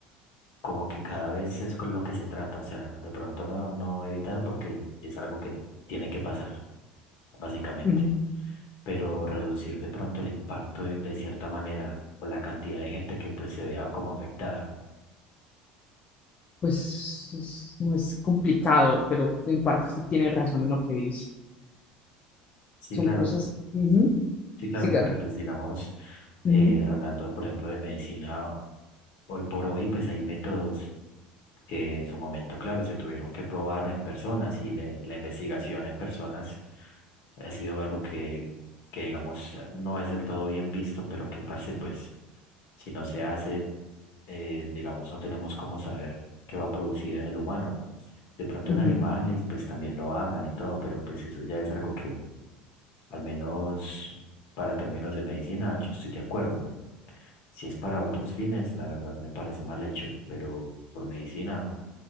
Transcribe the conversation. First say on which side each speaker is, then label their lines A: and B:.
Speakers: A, on the left; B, on the left.
A: como que cada vez es con lo que se trata. O sea, de pronto no, no evitar porque es algo que tiene que pasar, básicamente.
B: Ujú.
A: Pero reducir de pronto el impacto de, de cierta manera o la cantidad de gente que pues se vea como afectada.
B: Pues es, no es complicado, pero en parte usted tiene razón en lo que dice.
A: Sí,
B: Son
A: claro,
B: cosas, ujú,
A: Sí, claro,
B: siga,
A: porque pues digamos, eh,
B: ujú,
A: hablando por ejemplo de medicina, hoy por hoy pues hay métodos que en su momento, claro, se tuvieron que probar en personas y le- la investigación en personas ha sido algo que, que digamos no es del todo bien visto, pero que parce pues si no se hace, eh, digamos no tenemos cómo saber qué va a producir en el humano. De pronto
B: ujú.
A: en animales pues también lo hagan y todo, pero pues eso ya es algo que al menos para términos de medicina, yo estoy de acuerdo. Si es para otros fines, la verdad me parece mal hecho, pero por medicina,